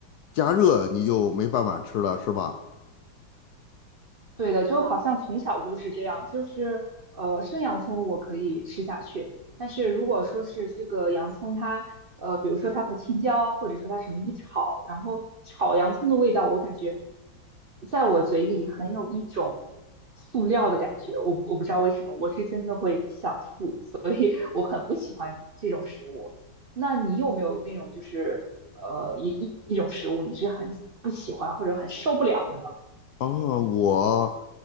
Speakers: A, on the left (about 70°); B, on the right (about 65°).
A: 加热，你就没办法吃了，是吧？
B: 对的，就好像从小就是这样，就是呃，生洋葱我可以吃下去，但是如果说是这个洋葱它，呃，比如说它和青椒，或者说它什么一炒，然后炒洋葱的味道，我感觉在我嘴里很有一种塑料的感觉，我我不知道为什么，我是真的会想吐，所以我很不喜欢这种食物。那你有没有那种就是呃一一一种食物你是很不喜欢或者很受不了的呢？
A: 哦，我